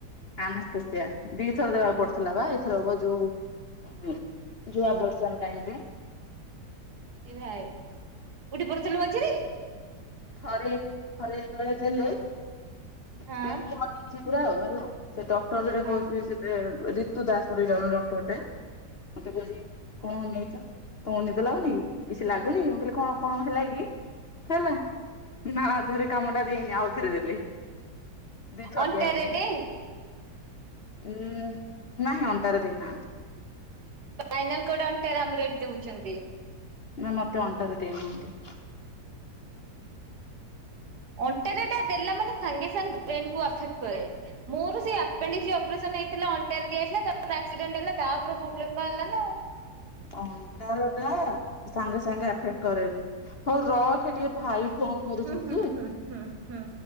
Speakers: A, on the left; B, on the right.
A: ଆନାସ୍ତେସ୍ତିଆ ଦିଥର ଦେବାକୁ ପଡୁଥିଲା ବା ଏଇଥରକ ଯୋଉ ଅଁ ଯୋଉ ଆବୋଷନ୍ ଟାଇମରେ।
B: ଏ ଭାଇ କୋଉଠି ପଢୁଥିଲୁ ମଝିରେ?
A: ଥରେ ଥରେ ଯେତେବେଳେ ଦେଲେ
B: ହଁ
A: ସେ ମୁଁ ଅନେଇଛି ପୁରା ଆଉ ହେଲା। ସେ ଡକ୍ଟର ଜଣେ
B: ହଁ।
A: କହୁଛି ସେ ରିତୁ ଦାସ ପରି ଜଣେ ଡକ୍ଟରଟେ ମତେ କହୁଛି କଣ ଅନେଇଚ ତମକୁ ନିଦ ଲାଗୁନି କି କିଛି ଲାଗୁନି କି ମୁଁ କହିଲି କଣ କଣ ହେଲା କି? ହେଲା ନା ଆ ଦେହରେ କାମ ଟା ଦେଇନି ଆଉ ଥରେ ଦେ। ଦିଥର
B: ଅଣ୍ଟାରେ
A: ଦିଆହେଇଥାନ୍ତା
B: ଟେ
A: ଉଁ। ନାହିଁ ଅଣ୍ଟାରେ ଦେଇନାହାନ୍ତି।
B: ଫାଇନାଲ କୋଉଟା ଅଣ୍ଟାରେ ଆମର ଏଠି ଦଉଛନ୍ତି।
A: ନା ମତେ ଅଣ୍ଟାରେ ଦେଇନାହାନ୍ତି।
B: ଅଣ୍ଟାରେ ଏଟା ଦେଲା ମାନେ ସାଙ୍ଗେ ସାଙ୍ଗେ ବ୍ରେନ କୁ ଅଫେକ୍ଟ କରେ ମୋର ସେହି ଅପେଣ୍ଡିଜ୍ ଅପରେସନ ନେଇଥିଲା ଅଣ୍ଟାରେ ଦିଆହେଇଥିଲା ତାପରେ ଆକ୍ସିଡେଣ୍ଟ ହେଲା ତାପରେ ପ୍ରୋବଲେମ ବାହାରିଲା। ନା ଆଉ।
A: ଅଣ୍ଟା ରୁ ଦେ ସାଙ୍ଗେ ସାଙ୍ଗେ ଆଫେକ୍ଟ କରେନି, ହଉ ରଖେ ଟିକେ ଭାଇ ଫୋନ କରୁଛନ୍ତି।
B: ହୁଁ ହୁଁ ହୁଁ ହୁଁ ହୁଁ।